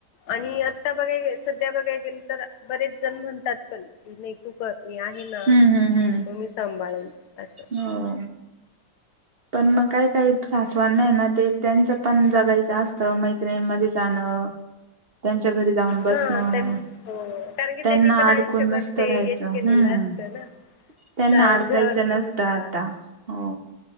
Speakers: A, on the left (about 85°); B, on the right (about 35°).
A: आणि आता बघाय गे सध्या बघाय गेल तर बरेच जण म्हणतात पण नाही तू करत मी आहे ना
B: हम्म हम्म हम्म
A: तो मी सांभाळेल असं.
B: हो पण मग काय काही सासवन नाही ना ते त्यांचं पण जगायचं असतं मैत्रिणीमध्ये चाण त्यांच्या घरी जाऊन बसणं
A: हा त्यां हो कारण की
B: त्यांना
A: त्यांनी पण आयुष्यभर
B: अडकून नस करायचं
A: ते हेच केलेलं
B: हम्
A: असतं ना
B: त्यांना
A: तर
B: अडकायचं
A: घर
B: नसतं
A: संसार
B: आता हो